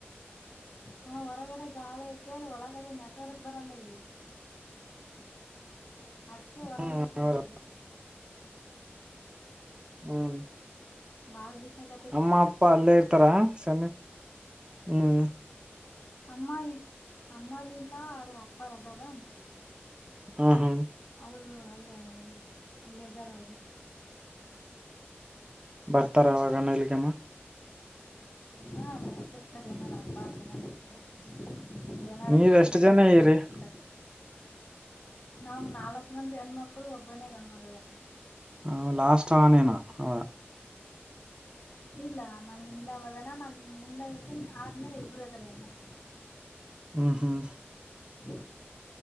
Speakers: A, on the left; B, on the right.
A: ಹ ಹೊರಗಡೆ ಗಾಳಿ ಐತೆ ಅಲ್ಲಿ ಒಳಗಡೆ ನೆಟ್ವರ್ಕ್ ಬರಲ್ಲ ಇಲ್ಲಿ ಅದಕ್ಕೆ ಹೊರಗಡ
B: ಹ್ಮ್
A: ಕುಂತಿದ್ದೆ
B: ಹೌದ ಹ್ಮ್
A: ಬಾಲ್ ಬಿಸಾಗ
B: ಅಮ್ಮ ಅಪ್ಪ ಅಲ್ಲೇ ಇರ್ತಾರ ಸ ಹ್ಮ್
A: ಅಮ್ಮ ಅಮ್ಮಾರ ಇಲ್ಲ ಆದದ್ರ ಅಪ್ಪಾರ ಅದಾರ
B: ಹಾ ಹಾ
A: ಅವರು ಅಲ್ಲೇ ಅಲ್ಲೇ ಇದ್ದಾರ ಅವರು
B: ಬರ್ತಾರ ಅವಾಗಣ ಇಲ್ಗೆಮ್ಮ
A: ಹಾ ಮತ್ತಿರ್ತಾರ ಏನಾರ ಅಪ್ಪಾ ಏನಾರ ಇದ್ರೆ ಇಲ್ಲ ಏನಾರ
B: ನೀವ್
A: ಕಾರಣಗಳಿದ್ರೆ
B: ಎಷ್ಟ್ ಜನ ಇರಿ
A: ಬರ್ತಿಸರ್ತಾರೆ ನಾವು ನಾಲ್ಕ್ ಮಂದಿ ಹೆಣ್ಮಕ್ಳು ಒಬ್ಬನೇಗ ಗಣ್ಮಗದಾನ
B: ಹ ಲಾಸ್ಟ್ ಆನೇನ ಅವ
A: ಇಲ್ಲ ನಾ ನಿಂದ್ಲಾವದ ನಾ ನಿಂದ್ಲಯತ್ತ ಆದ್ಮೇಲೆ ಇಬ್ಬರು ಅದಾರ ಹೆಣ್ಮಕ್ಳು
B: ಹ್ಮ್ ಹ್ಮ್
A: ಹ್ಮ